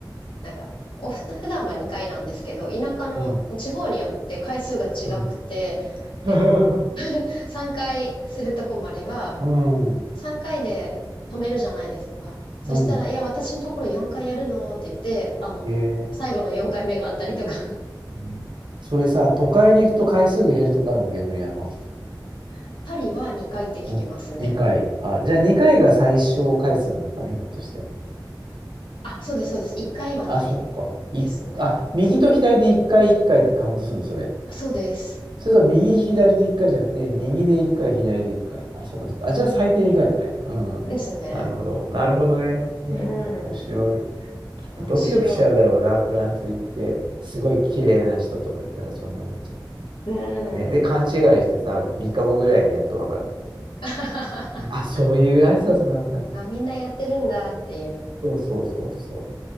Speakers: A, on the left (about 90°); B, on the right (about 75°).
A: なんか、おふ、普段は2回なんですけど、田舎の地方によって回数が違くて、
B: うん。うん。
A: え、
B: <laughs>
A: <laughs> 3回するとこもあれば、
B: うん。
A: 3回で止めるじゃないですか。そしたら、
B: うん。
A: いや、私のところ4回やるのって言って、あの、
B: ええ。
A: 最後の4回目があったりとか、
B: うん。それさ、都会に行くと回数が減るとかあるの逆にあの、
A: <laughs> パリは2回って聞きますね。
B: うん。2回。あ、じゃあ2回が最小回数なのかね、ひょっとして。
A: あ、そうです、そうです。一回はないですね。
B: あ、そっか。い、あ、右と左で1回1回っかいってカウントするの、それ。
A: そうです。
B: それとも右、左で1回じゃなくて、右で1回、左で1回。あ、そっかそっか。あ、じゃあ最低2回だね。うん。
A: ですね。
B: なるほど。なるほどね。ね。
A: う
B: 面白い。
A: ん。
B: きっとドキドキしちゃうだろうな、
A: 面白い。
B: フランス行って。すごい綺麗な人とかいたらそんなになっちゃう
A: うん。
B: ね、で、勘違いしてさ、3日後ぐらいにやっとわかる。
A: <laughs>
B: あ、そういう挨拶なんだ。
A: あ、みんなやってるんだっていう。
B: そうそうそうそ